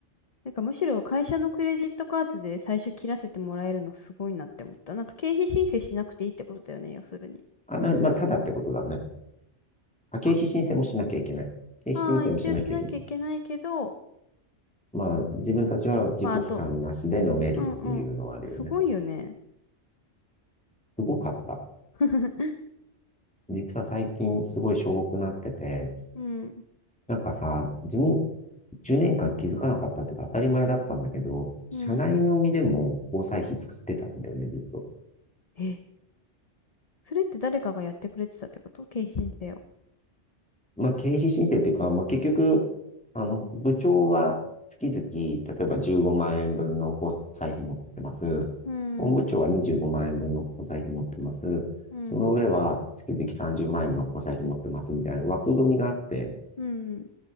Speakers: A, on the left (about 35°); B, in the centre.
A: なんかむしろ会社のクレジットカードで最初切らせてもらえるのすごいなって思った。なんか経費申請しなくていいってことだよね、要するに。
B: あの、まあ、ただってことだね。あ、経費申請もしなきゃいけない。
A: あ、
B: 経費申請もしなきゃいけない。
A: ああ、一応しなきゃいけないけど、
B: まあ、自分たちは自己負担なしで飲めるっていうのはあるよね。
A: まああと、うんうん。すごいよね。
B: すごかった。
A: <laughs>
B: 実は最近すごいしょぼくなってて、
A: うん、
B: なんかさ、自分10年間気づかなかったっていうか当たり前だったんだけど、社内飲みでも交際費作ってたんだよね、
A: うん。
B: ずっと。
A: え、それって誰かがやってくれてたってこと経費申請を。
B: まあ、経費申請っていうか、まあ、結局、あの、部長は月々、例えば15万円分の交際費持ってます。
A: うん、
B: 本部長は25万円分の交際費持ってます。
A: うん、うん、
B: その上は月々30万円の交際費持ってますみたいな枠組みがあって、
A: うん、